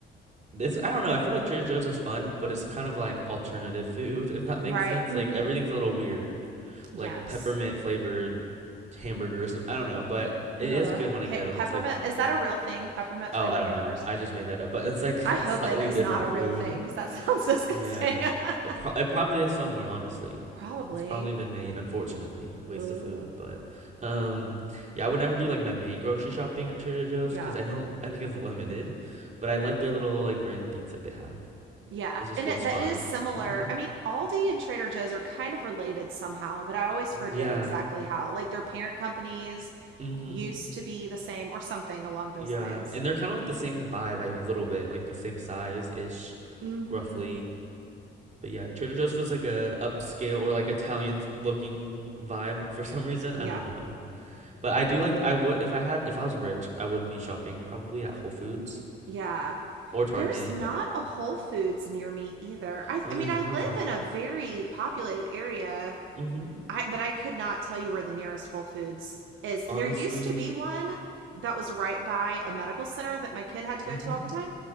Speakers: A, on the right; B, on the right.
A: this. I don't know. I feel like Trader Joe's is fun, but it's kind of like alternative food, <laughs> if that makes
B: Right.
A: sense.
B: Mhm.
A: Like everything's a little weird,
B: Yes.
A: like peppermint flavored hamburger or something. I don't know, but it
B: Ugh.
A: is good when
B: Pe-
A: I go.
B: peppermint
A: It's like fun.
B: is that a real thing? Peppermint
A: Oh,
B: flavored
A: I don't
B: hamburgers?
A: know. I just made that up, but it's like
B: I
A: <laughs>
B: hope
A: slightly
B: it is
A: different
B: not a real
A: food.
B: thing cuz that sounds <laughs> disgusting.
A: Yeah.
B: <laughs>
A: It, pro- it probably is somewhere, honestly.
B: Probably.
A: It's probably been made, unfortunately. Waste
B: Ugh.
A: of food, but um yeah, I would never do like my main grocery shopping at Trader Joe's
B: Yeah.
A: because I don't I think it's limited, but I like their little like random things that they have.
B: Yeah.
A: It just
B: And
A: feels
B: it, that
A: fun.
B: is similar.
A: <laughs>
B: I mean, Aldi and Trader Joe's are kind of related somehow, but I always forget
A: Yeah.
B: exactly how. Like their parent companies
A: Mm-hmm.
B: used to be the same or something along those
A: Yeah.
B: lines.
A: And they're kind of like the same vibe by a little bit, like the same size-ish,
B: Mhm.
A: roughly. But yeah, Trader Joe's feels like a upscale or like Italian looking vibe for some reason.
B: Yeah.
A: I don't know. But I do like I would if I had if I was rich, I would be shopping probably at Whole Foods
B: Yeah.
A: or Target.
B: There's not a Whole Foods near me either.
A: <laughs>
B: I,
A: oh,
B: I
A: there's
B: mean, I
A: not.
B: live in a very populated area,
A: Mm-hmm.
B: I, but I could not tell you where the nearest Whole Foods is. There
A: Honestly.
B: used to be one that was right by a medical center that my kid had to go
A: Mm-hmm.
B: to all the time.